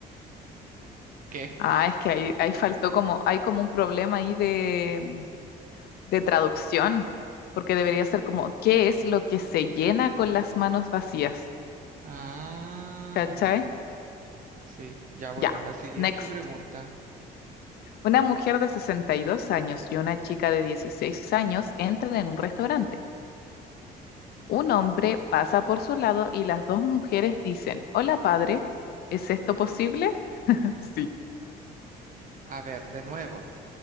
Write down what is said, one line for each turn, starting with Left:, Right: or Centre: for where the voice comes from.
Right: ¿Qué?
Left: Ah, es que ahí, ahí faltó como, hay como un problema ahí de, mm, de traducción, porque debería ser como, ¿qué es lo que se llena con las manos vacías?
Right: Ah,
Left: ¿Cachai?
Right: sí. Ya bueno,
Left: Ya,
Right: la siguiente
Left: next.
Right: pregunta.
Left: Una mujer de 62 años y una chica de 16 años entran en un restaurante. Un hombre pasa por su lado y las dos mujeres dicen, Hola, padre, ¿es esto posible? <laughs> Sí.
Right: A ver, de nuevo.